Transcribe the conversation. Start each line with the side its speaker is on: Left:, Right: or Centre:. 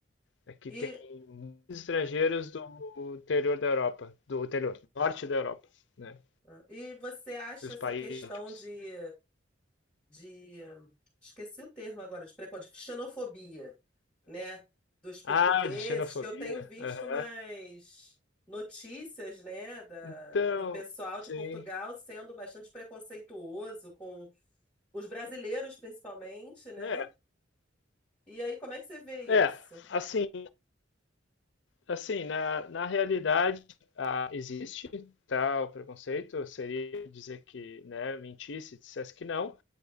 Left: Aqui
Centre: E,
Left: tem muitos estrangeiros do interior da Europa, do interior, norte da Europa, né?
Centre: ah, e você acha
Left: Dos
Centre: essa
Left: países
Centre: questão
Left: nórdicos.
Centre: de, de hum, esqueci o termo agora, de preconceito, xenofobia, né, dos portugueses,
Left: Ah, de xenofobia.
Centre: que eu tenho visto
Left: Aham.
Centre: mais notícias, né, da,
Left: Então,
Centre: do pessoal
Left: sim,
Centre: de Portugal sendo bastante preconceituoso com Os brasileiros, principalmente, né?
Left: né?
Centre: E aí, como é que você vê
Left: É,
Centre: isso?
Left: assim, assim, na, na realidade, ah, existe tal preconceito, seria dizer que, né, mentisse, dissesse que não.